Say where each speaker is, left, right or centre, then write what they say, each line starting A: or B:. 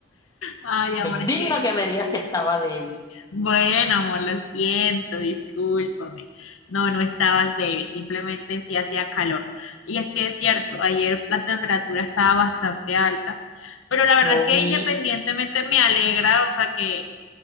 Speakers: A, on the left (about 85°); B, on the left (about 20°).
A: Ay, amor,
B: Me indigna
A: es que,
B: que me digas que estaba débil.
A: bueno, amor, lo siento, discúlpame. No, no estabas débil, simplemente sí hacía calor. Y es que es cierto, ayer la temperatura estaba bastante alta, pero la verdad
B: Yo
A: es que
B: vi,
A: independientemente me alegra, o sea, que